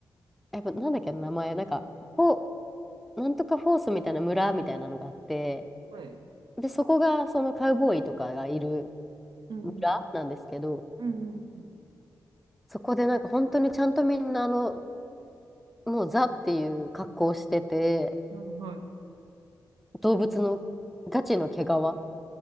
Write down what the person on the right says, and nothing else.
はい。
うんうん。
うんうん。
はい、は